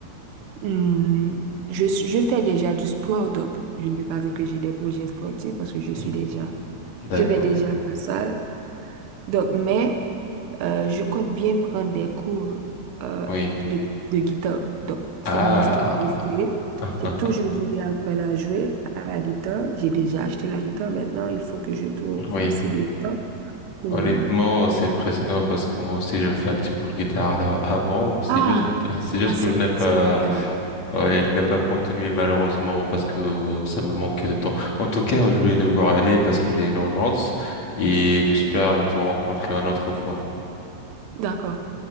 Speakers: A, on the right; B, on the left.
A: hmm, je, suis- je fais déjà du sport, donc je ne peux pas dire que j'ai des projets sportifs parce que je suis
B: Mhm.
A: déjà,
B: D'accord,
A: je vais déjà à la salle. Donc, mais euh, je compte bien prendre des cours euh,
B: oui.
A: de, de guitare. Donc, c'est
B: Ah,
A: mon instrument préféré.
B: <laughs>
A: J'ai toujours voulu apprendre à jouer à la guitare. J'ai déjà acheté la guitare. Maintenant, il faut que je trouve
B: oui.
A: assez de temps pour...
B: Honnêtement,
A: euh,
B: c'est impressionnant parce que moi aussi, je fais un petit peu le guitare là, avant. C'est
A: Ah,
B: juste, <laughs> c'est
A: ouais,
B: juste
A: c'est
B: que je n'ai pas,
A: c'est incroyable.
B: ouais, je n'ai pas continué malheureusement parce que ça me manquait de temps. En tout cas, je vais devoir aller parce que j'ai une urgence et j'espère te rencontrer une autre fois.
A: D'accord.